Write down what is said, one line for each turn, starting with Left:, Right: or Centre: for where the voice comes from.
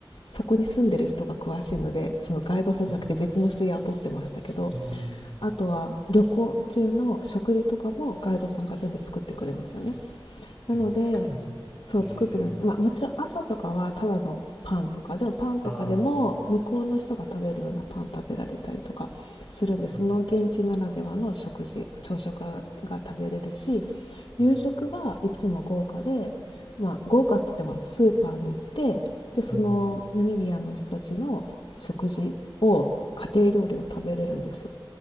Left: そこに住んでる人が詳しいのでそのガイドさんじゃなくて別の人雇ってましたけど
Centre: そうですね。うん。
Left: あとは旅行中の食事とかもガイドさんが全部作ってくれるんですよね。なので
Centre: え、作るんですかええ
Left: そう作ってくれる、まあ、もちろん朝とかはただのパンとかでもパンとかでも向こうの人が食べるようなパン食べられたりとかするんでその現地ならではの食事朝食が食べれるし
Centre: ああー、うん。
Left: 夕食はいつも豪華で、
Centre: うん。
Left: まあ、豪華って言ってもスーパーに行ってでそのナミビアの人たちの食事を家庭料理を食べれるんですよ。
Centre: うん。